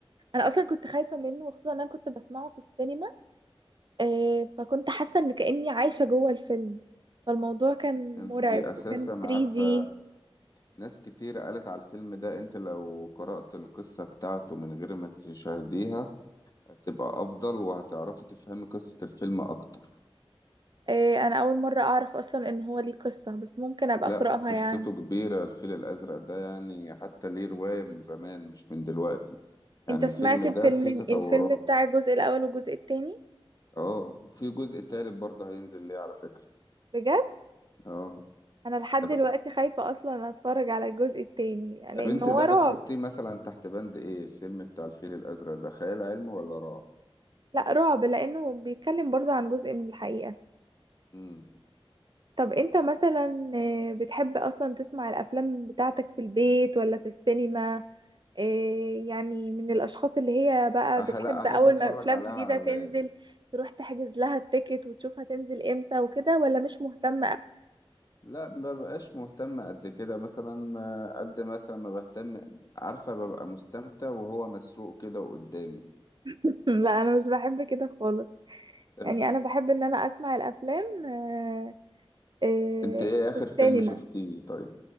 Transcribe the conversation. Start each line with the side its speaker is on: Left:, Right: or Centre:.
Right: انا اصلا كنت خايفة منه وخصوصا إن انا كنت بسمعه في السينما آه، فكنت حاسة ان كأني عايشة جوه الفيلم فالموضوع كان
Left: انت
Right: مرعب
Left: اساسا
Right: وكان 3D
Left: عارفة ناس كتير قالت على الفيلم ده انت لو قرأت القصة بتاعته من غير ما تشاهديها هتبقى افضل وهتعرفي تفهمي قصة الفيلم اكتر
Right: آه، انا اول مرة اعرف اصلا ان هو ليه قصة بس ممكن ابقى
Left: لا
Right: اقرأها
Left: قصته
Right: يعني
Left: كبيرة الفيل الازرق ده يعني حتى ليه رواية من زمان مش من دلوقتي يعني
Right: انت سمعت
Left: الفيلم ده
Right: الفيلم
Left: فيه تطورات
Right: الفيلم بتاع الجزء الاول والجزء التاني
Left: اه وفي جزء تالت برضه هينزل ليه على فكرة
Right: بجد
Left: اه
Right: انا لحد
Left: طب
Right: دلوقتي خايفة اصلا اتفرج على الجزء التاني لان
Left: طب انت
Right: هو
Left: ده
Right: رعب
Left: بتحطيه مثلا تحت بند ايه الفيلم بتاع الفيل الازرق ده خيال علمي ولا رعب
Right: لا رعب لانه بيتكلم برضو عن جزء من الحقيقة
Left: امم
Right: طب انت مثلا آه، بتحب اصلا تسمع الافلام بتاعتك في البيت ولا في السينما آه، يعني من الاشخاص اللي هي بقى
Left: أح-
Right: بتحب
Left: لا احب
Right: اول
Left: اتفرج
Right: ما افلام
Left: عليها
Right: جديدة
Left: على
Right: تنزل تروح تحجز لها التيكت وتشوفها تنزل امتى وكده ولا مش مهتمة أوي؟
Left: لا ما ببقاش مهتم قد كده مثلا آه، قد مثلا ما بهتم عارفة ببقى مستمتع وهو مسروق كده قدامي
Right: <laughs> لا انا مش بحب كده خالص
Left: طب
Right: يعني انا بحب ان انا اسمع الافلام آه، آه،
Left: انت ايه اخر
Right: في السينما
Left: فيلم شفتيه طيب